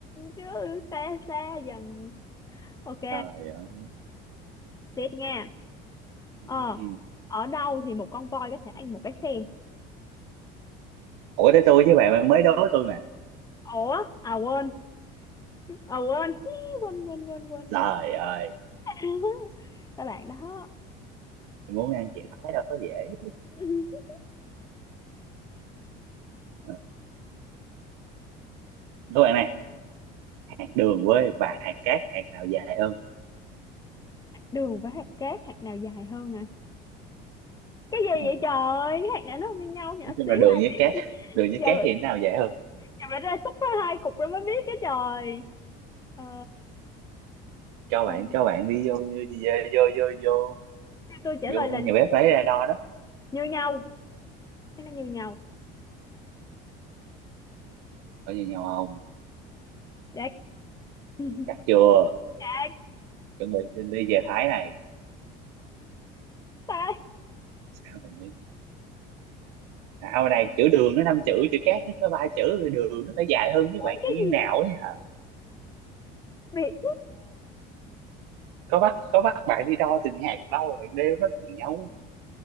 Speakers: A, on the left (about 20°); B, on the right (about 80°).
A: chứ xa xa dần. Ok,
B: trời ơi
A: tiếp nha. Ờ,
B: Ừm.
A: ở đâu thì một con voi có thể ăn một cái xe
B: ủa tới tôi chứ bạn bạn mới đố tôi mà
A: Ủa, à quên, à quên, Hí, quên quên quên quên
B: trời
A: quên.
B: ơi
A: <laughs> Các bạn đó.
B: muốn ăn chè thái đâu có dễ
A: <laughs>
B: Ừ. đố bạn này hạt đường quê và hạt cát hạt nào dài hơn
A: Đường với hạt cát, hạt nào dài hơn hả? Cái gì
B: Ừ,
A: vậy trời? Cái hạt nào nó không như nhau nhỏ
B: nói chung
A: xíu
B: là đường
A: ai
B: với
A: biết.
B: cát
A: <laughs>
B: đường với
A: Giờ,
B: cát thì cái nào dài hơn
A: giờ phải ra xúc ra hai cục rồi mới biết cái trời. Ờ,
B: cho
A: ờ,
B: bạn cho bạn đi vô vô vô vô
A: tôi trả lời
B: vô vô
A: là
B: nhà bếp lấy ra đo đó
A: như nhau thế nó như nhau
B: có gì nhau không
A: chết <laughs>
B: chắc chưa
A: chết
B: chuẩn bị xin đi về Thái này
A: ta
B: sao mình đi nào này chữ đường nó năm chữ chữ cát nó có ba chữ rồi đường nó phải dài hơn với bạn
A: cái
B: như
A: gì
B: nào ấy hả
A: Việt
B: có bắt có bắt bạn đi đo từng hạt đâu rồi bạn đeo nó bằng nhau